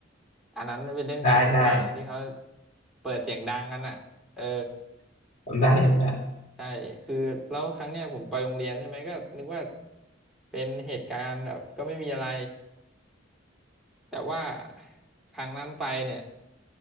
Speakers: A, in the centre; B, on the left (about 40°).
A: อันนั้นเป็นเล่นการเดินทางที่เขา
B: ได้ได้
A: เปิดเสียงดังกันอ่ะเออ
B: จำได้จำได้
A: ใช่คือแล้วครั้งเนี้ยผมไปโรงเรียนใช่ไหมก็นึกว่าเป็นเหตุการณ์แบบก็ไม่มีอะไรแต่ว่าครั้งนั้นไปเนี่ย